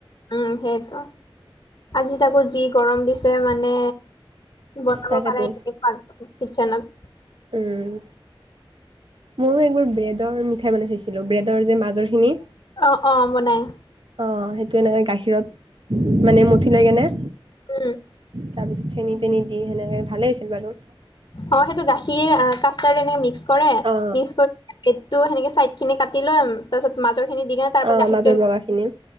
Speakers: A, on the left; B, on the right.
A: উম সেইটো, আজি তাকো যি গৰম দিছে মানে। বনাব
B: তাকেতো
A: পাৰাই‌ <unintelligible> কিতচেনত।
B: উম। মইয়ো একবাৰ ব্ৰেডৰ মিঠাই বনাই চাইছিলো ব্ৰেডৰ যে মাজৰ খিনি।
A: অ' অ' বনাই।
B: অ' সেইটো এনেকে গাখীৰত মানে মঠি লৈ কেনে।
A: উম।
B: তাৰ পিছত চেনি তেনি দি সেনেকে ভালে হৈছিল বাৰু।
A: অ' সেইটো গাখীৰ আ কাষ্টাৰ্ এনেকে মিক্স কৰে
B: অ
A: মিক্স কৰি ব্ৰেটটো সেনে চাইড খিনি কাটি লৈ তাৰপিছত মাজৰখিনি দি কিনে তাৰ
B: অ
A: ওপৰত গাখীৰটো
B: মাজৰ বগাখিনি